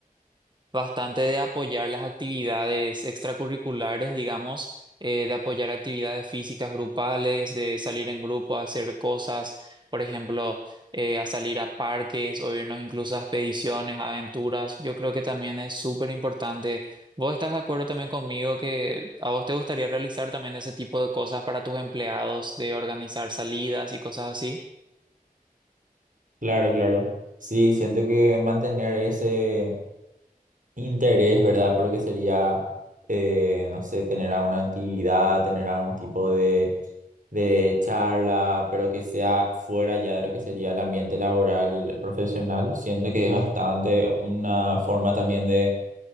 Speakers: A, on the right (about 30°); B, on the right (about 60°).
A: bastante de apoyar las actividades extracurriculares, digamos, eh, de apoyar actividades físicas grupales, de salir en grupo a hacer cosas, por ejemplo, eh, a salir a parques o irnos incluso a expediciones, aventuras. Yo creo que también es súper importante. ¿Vos estás de acuerdo también conmigo que a vos te gustaría realizar también ese tipo de cosas para tus empleados, de organizar salidas y cosas así?
B: Claro, claro. Sí, siento que mantener ese... interés, ¿verdad? Por lo que sería, eh, no sé, tener alguna actividad, tener algún tipo de, de charla, pero que sea fuera ya de lo que sería el ambiente laboral profesional. Siento que es bastante una forma también de